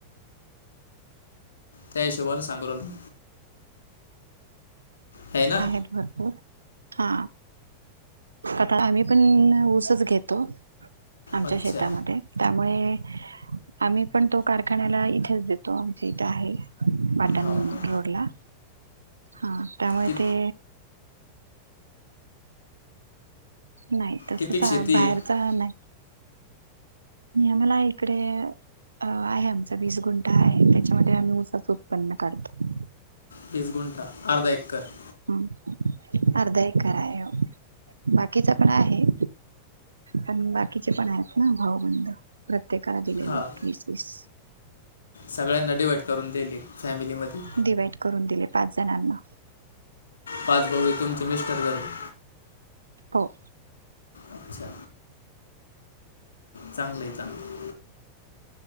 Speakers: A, on the left; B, on the right.
A: त्या हिशोबाने सांगू राहिलो मी. आहे ना
B: आहेत भरपूर हा. आता आम्ही पण ऊसच घेतो आमच्या
A: अच्छा
B: शेतामध्ये. त्यामुळे आम्ही पण तो कारखान्याला इथेच देतो आमच्या इथे आहे. पाटण
A: हो का
B: रोडला हा त्यामुळे
A: कि
B: ते. नाही तसच
A: किती शेती
B: बाहेर
A: आहे
B: जा नाही यमला इकडे अ आहे. आमचा वीस गुंठा आहे. त्याच्यामध्ये आम्ही उसाचं उत्पन्न काढतो.
A: वीस गुटां, अर्धा एकर.
B: ह, अर्धा एकर आहे. बाकीच पण आहे. पण, बाकीचे पण आहेत ना भावबंद. प्रत्येकाला दिलेले
A: हां
B: वीस वीस.
A: सगळ्यांना डिवाईट करून दियले. फॅमिलीमध्ये.
B: डिवाइट करून दिले. पाच जणांना.
A: पाचभऊये तुमचे मिस्टर धरुन.
B: हो.
A: अच्छा चांगलंय चांगलय,